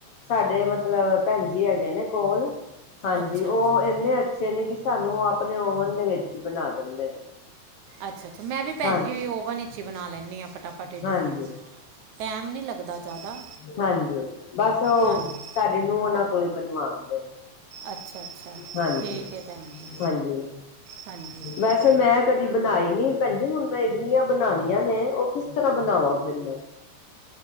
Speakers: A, on the left (about 65°); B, on the right (about 75°).
A: ਸਾਡੇ ਮਤਲਬ ਭੈਣ ਜੀ, ਹੈਗੇ ਨੇ ਕੋਲ। ਹਾਂਜੀ,
B: ਅੱਛਾ
A: ਉਹ
B: ਅੱਛਾ
A: ਇੰਨੇ ਅੱਛੇ ਨੇ, ਕਿ ਸਾਨੂੰ ਉਹ ਆਪਣੇ ਓਵਨ ਦੇ ਵਿੱਚ ਹੀ ਬਣਾ ਦਿੰਦੇ ਨੇ।
B: ਅੱਛਾ- ਅੱਛਾ ਮੈਂ ਵੀ ਭੈਣ
A: ਹਾਂਜੀ,
B: ਜੀ, ਓਵਨ ਵਿੱਚ ਹੀ ਬਣਾ ਲੈਂਦੀ ਹਾਂ ਫਟਾਫਟ ਇਡਲੀਆਂ।
A: ਹਾਂਜੀ,
B: ਟਾਈਮ ਨਹੀਂ ਲੱਗਦਾ ਜ਼ਿਆਦਾ।
A: ਹਾਂਜੀ ਬਸ ਉਹ,
B: ਹਾਂਜੀ
A: ਸਾਡੇ ਨੂੰ ਉਹਨਾਂ ਕੋਲ ਬਣਵਾਉਂਦੇ ਨੇ।
B: ਅੱਛਾ ਅੱਛਾ
A: ਹਾਂਜੀ,
B: ਠੀਕ ਹੈ ਭੈਣ ਜੀ
A: ਹਾਂਜੀ
B: ਹਾਂਜੀ ਹਾਂਜੀ
A: ਵੈਸੇ ਮੈਂ। ਕਦੀ ਬਣਾਈ ਨੀ, ਭੈਣ ਜੀ, ਹੁਣ ਮੈਂ ਇਡਲੀਆਂ ਬਣਾਨੀਆਂ ਨੇ, ਉਹ ਕਿਸ ਤਰ੍ਹਾਂ ਬਣਾਵਾ ਫਿਰ ਮੈਂ?